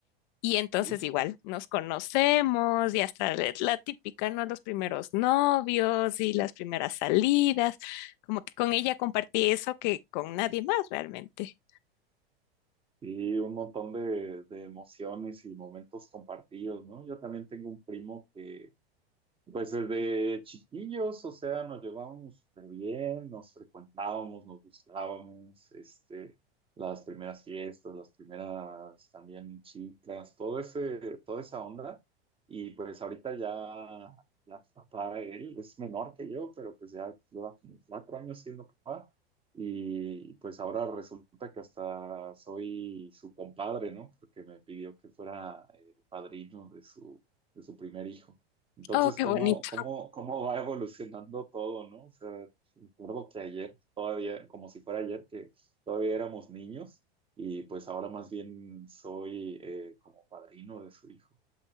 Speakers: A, on the left; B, on the right.
A: Y entonces
B: Sí.
A: igual nos conocemos y hasta la, la típica, ¿no? Los primeros novios y las primeras salidas, como que con ella compartí eso que con nadie más realmente.
B: Y un montón de, de emociones y momentos compartidos, ¿no? Yo también tengo un primo que, pues desde chiquillos, o sea, nos llevábamos súper bien, nos frecuentábamos, nos gustábamos, este, las primeras fiestas, las primeras también chicas, todo ese, toda esa onda. Y pues ahorita ya, ya papá, él es menor que yo, pero pues ya lleva como cuatro años siendo papá. Y pues ahora resulta que hasta soy su compadre, ¿no? Porque me pidió que fuera eh, padrino de su, de su primer hijo. Entonces,
A: Oh, qué
B: ¿cómo,
A: bonito,
B: cómo, cómo va evolucionando todo, ¿no? O sea, recuerdo que ayer, todavía, como si fuera ayer, que todavía éramos niños y pues ahora más bien soy eh, como padrino de su hijo.